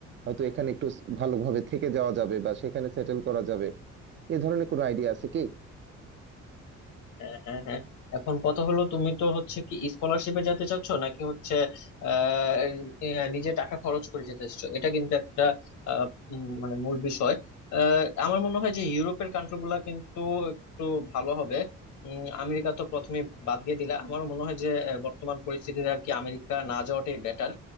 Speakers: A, on the right; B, on the left.
A: হয়তো এখানে একটু ভালোভাবে থেকে যাওয়া যাবে বা সেখানে সেটেল করা যাবে এ ধরনের কোনো আইডিয়া আছে কি
B: হ্যাঁ হ্যাঁ হ্যাঁ এখন কথা হলো তুমি তো হচ্ছে কি স্কলারশিপে যেতে চাচ্ছ নাকি হচ্ছে আহ আহ, নিজে টাকা খরচ করে যেতে চাচ্ছ এটা কিন্তু একটা আহ, উম, মানে মূল বিষয় আহ, আমার মনে হয় যে ইউরোপের কান্ট্রি গুলা কিন্তু একটু ভালো হবে উম, আমেরিকা তো প্রথমে বাদ দিয়ে দিলা আমার মনে হয় যে আহ, বর্তমান পরিস্থিতিতে আর কি আমেরিকা না যাওয়াটাই বেটার